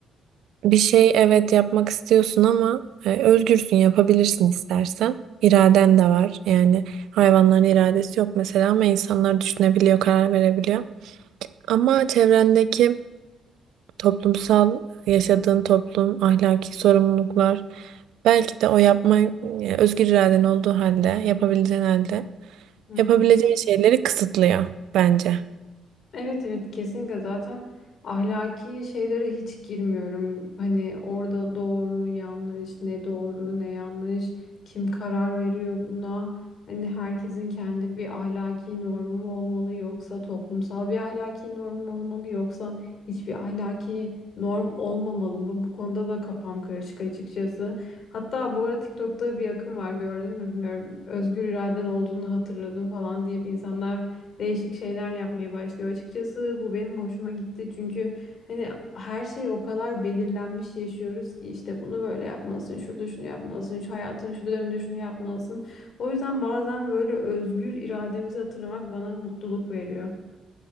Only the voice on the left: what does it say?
Hı hı.
Evet evet kesinlikle zaten ahlaki şeylere hiç girmiyorum. Hani orada doğru yanlış ne doğru ne yanlış kim karar veriyor buna. Hani herkesin kendi bir ahlaki normu mu olmalı yoksa toplumsal bir ahlaki normu mu olmalı yoksa hiçbir ahlaki norm olmamalı mı? Bu konuda da kafam karışık açıkçası. Hatta bu ara TikTok'ta bir akım var gördün mü bilmiyorum. Özgür iraden olduğunu hatırladım falan deyip insanlar değişik şeyler yapmaya başlıyor. Açıkçası bu benim hoşuma gitti çünkü hani her şey o kadar belirlenmiş yaşıyoruz ki işte bunu böyle yapmalısın, şurada şunu yapmalısın, şu hayatın şu döneminde şunu yapmalısın. O yüzden bazen böyle özgür irademizi hatırlamak bana mutluluk veriyor.